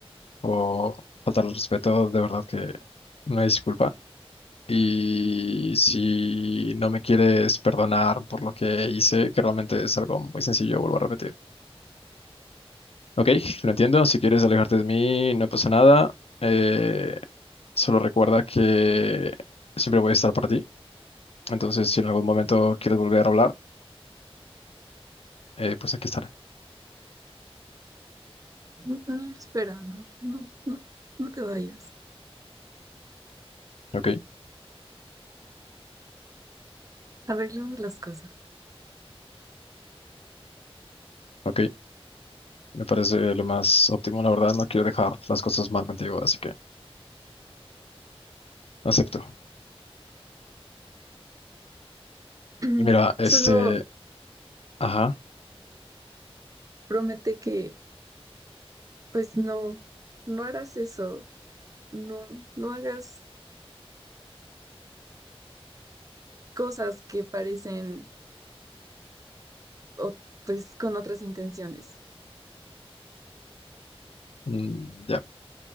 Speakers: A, on the left; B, on the right.
A: o faltar al respeto, de verdad que no hay disculpa. Y si no me quieres perdonar por lo que hice, que realmente es algo muy sencillo, vuelvo a repetir. Ok, lo entiendo, si quieres alejarte de mí, no pasa nada. Eh, solo recuerda que siempre voy a estar para ti. Entonces, si en algún momento quieres volver a hablar, eh, pues aquí estaré.
B: No, no, espera, no, no, no, no te vayas.
A: Ok,
B: Arreglemos las cosas.
A: ok, me parece lo más óptimo, la verdad, no quiero dejar las cosas mal contigo, así que acepto.
B: <clears throat>
A: Y Mira, este,
B: Solo
A: ajá.
B: promete que, pues no, no harás eso. No, no hagas cosas que parecen, o, pues, con otras intenciones.
A: Mm, Ya,